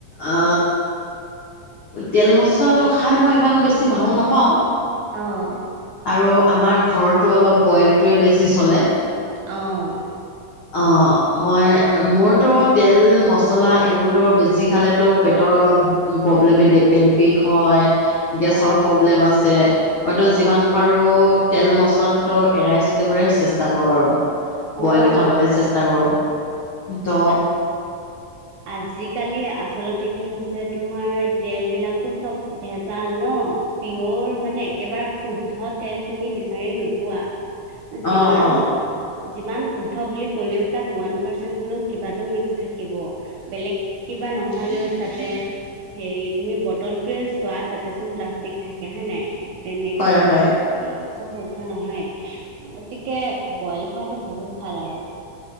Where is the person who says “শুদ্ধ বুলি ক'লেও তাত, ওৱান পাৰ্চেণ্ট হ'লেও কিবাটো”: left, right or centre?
Right